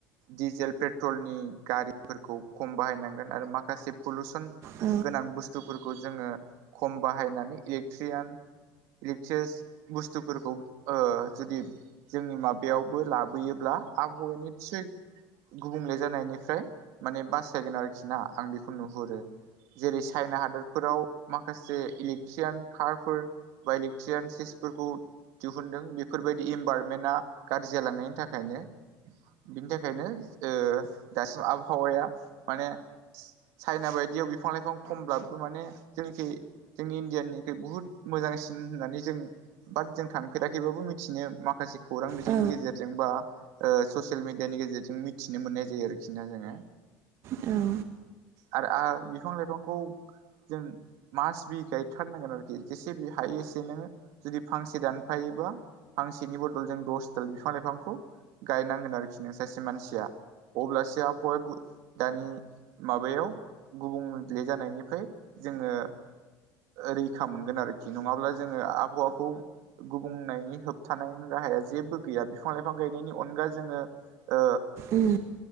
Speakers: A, on the right; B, on the right.
A: डीजेल पेट्रलनि गारिफोरखौ खम बाहायनांगोन आरो माखासे पलुसन
B: औ
A: गोनां बुस्थु बुस्थुफोरखौ जोङो खम बाहायनानै इलेक्ट्रियान इलेक्ट्रिसिस बुस्थुफोरखौ जुदि जोंनि माबायावबो लाबोयोब्ला आबहावा निसय गुबुंले जानायनिफ्राय माने बासायगोन आरोखि ना आं बेखौ नुहुरो जेरै चाइना हादरफोराव माखासे इलेक्ट्रिसियान कारफोर बा इलेक्ट्रिसियानसफोरखौ दिहुनदों बेफोरबायदि इनभारनमेन्टा गाज्रि जालांनायनि थाखायनो बिनि थाखायनो ओ दासिम आबहावाया माने चाइना बायदियाव बिफां लाइफां खमब्लाबो माने जोंनिखि जोंनि इण्डियानिफाय बुहुत मोजांसिन होननानै जों बाट जों थांफेराखैबाबो मिथिनो माखासे खौरां बिजोंनि
B: औ
A: गेजेरजों बा ओ ससियेल मिडियानि गेजेरजों मिथिनो मोननाय जायो आरोखि ना जोङो।
B: औ
A: आरो बिफां लाइफांखौ जों मास बि गायथारनांगोन आरोखि जेसे बे हायो एसे नोङो जुदि फांसे दानफायोबा फांसेनि बदलजों दस दाल बिफां लाइफांखौ गायनांगोन आरोखि नों सासे मानसिया। अब्लासे आबहावाया दानि माबायाव गुबुंले जानायनिफ्राय जोङो रैखा मोनगोन आरोखि नङाब्ला जोङो आबहावाखौ गुबुंनायनि होबथानाय राहाया जेबो गैया बिफां लाइफां गायनायनि अनगा जोङो ओ
B: ओं